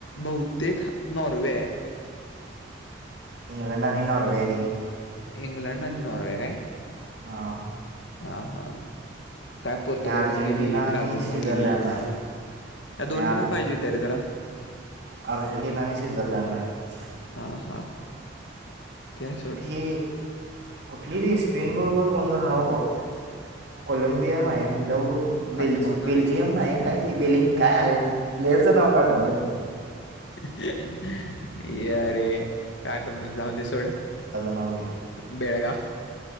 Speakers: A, on the left (about 65°); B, on the right (about 60°).
A: बहुतेक नॉर्वे आहे
B: इंग ललेंडन नावर वरी
A: इंग्लंड आणि नॉर्वे र
B: ह
A: हा हा काय पोर्तुगल
B: आणि अर्जेंटिना
A: पण गेली
B: आणि
A: ब्राझील
B: स्वित्झर्लंड
A: पण गेली ह्या
B: आहे आणि
A: दोन टीम पाहिजे इत रे जरा
B: अर्जंटीना आणि स्विझरलांड आहे
A: हा हा त्या सोड....
B: की कुठलीरी स्पेनबरोबर गोंधळ हवं ग कोलंबिया आहे म ल. बेल्जि
A: आठवण आली
B: बेल्जियम ना एक काय ते बेलिंग काय आहे प्लेयरचं नाव पाठवालेत
A: ये अरे काठवण जाऊते सोड्या
B: े
A: बेळग